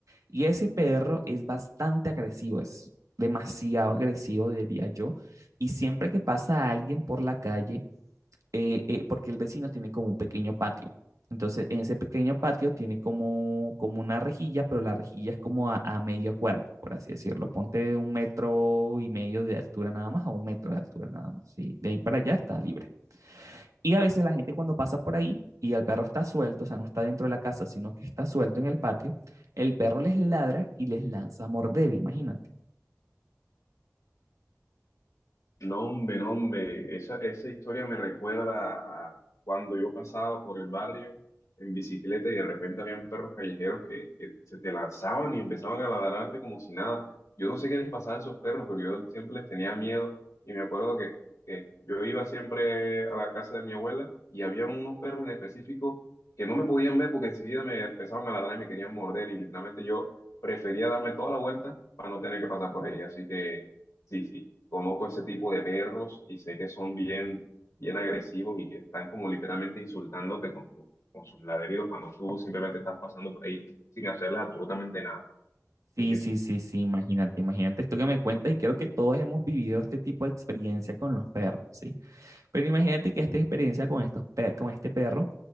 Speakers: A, on the right; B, on the left.
A: y ese perro es bastante agresivo, es demasiado agresivo, diría yo, y siempre que pasa alguien por la calle, eh, eh, porque el vecino tiene como un pequeño patio. Entonces, en ese pequeño patio tiene como, como una rejilla, pero la rejilla es como a, a medio cuerpo, por así decirlo. Ponte de un metro y medio de altura nada más a un metro de altura nada más. Y de ahí para allá está libre. Y a veces la gente cuando pasa por ahí y el perro está suelto, o sea, no está dentro de la casa, sino que está suelto en el patio, el perro les ladra y les lanza a morder, imagínate.
B: No, hombre, no, hombre, esa, esa historia me recuerda a cuando yo pasaba por el barrio en bicicleta y de repente habían perros callejeros que, que se te lanzaban y empezaban a ladrarte como si nada. Yo no sé qué les pasaba a esos perros, pero yo siempre les tenía miedo y me acuerdo que, que yo iba siempre a la casa de mi abuela y había unos perros en específico que no me podían ver porque enseguida me empezaban a ladrar y me querían morder y literalmente yo prefería darme toda la vuelta para no tener que pasar por ahí. Así que sí, sí. Conozco ese tipo de perros y sé que son bien, bien agresivos y que están como literalmente insultándote con tu, con sus ladridos cuando tú simplemente estás pasando por ahí sin hacerles absolutamente nada.
A: Sí,
B: Así que
A: sí,
B: sí.
A: sí, sí, imagínate, imagínate esto que me cuentas y creo que todos hemos vivido este tipo de experiencia con los perros, ¿sí? Pero imagínate que esta experiencia con, estos per- con este perro